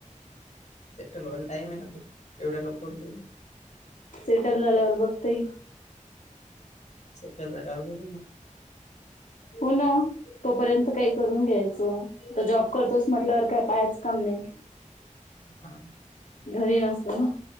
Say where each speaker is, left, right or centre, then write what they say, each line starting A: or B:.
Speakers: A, on the left; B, on the left.
A: सेटल व्हायला टाइम आहे अजून एवढ्या लवकर नको
B: सेटल झाल्यावर बघता येईल
A: सेटल झालेवर बघू
B: हो ना तोपर्यंत काही करून घ्यायचं तर जॉब करतोस म्हटल्यावर काय पाहायचं काम नाही
A: हा
B: घरी नसत ना